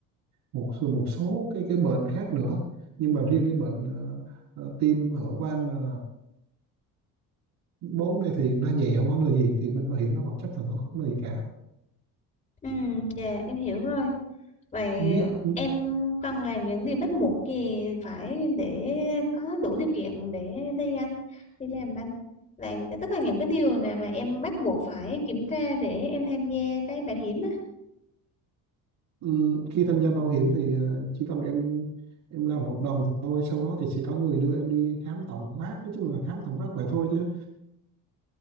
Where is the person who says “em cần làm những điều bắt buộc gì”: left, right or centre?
Left